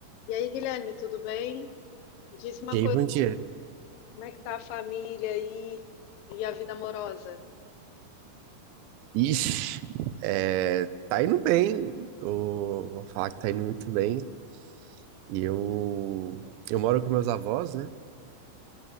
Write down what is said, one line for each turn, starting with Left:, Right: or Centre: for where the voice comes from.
Left: E aí, Guilherme, tudo bem? Diz uma
Right: Jay
Left: coisa,
Right: Vandier.
Left: como é que tá a família aí e a vida amorosa?
Right: Ixi, é, tá indo bem. O- Vou falar que tá indo muito bem. E eu, eu moro com meus avós, né?